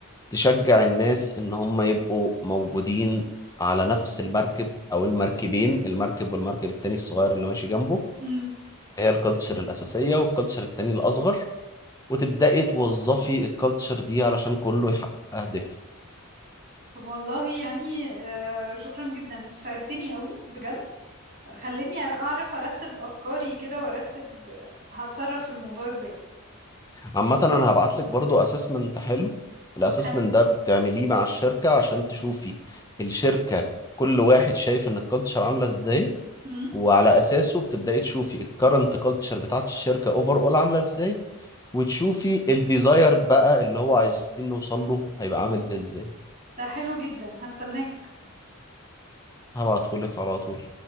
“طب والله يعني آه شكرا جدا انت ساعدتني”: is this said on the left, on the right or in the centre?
Right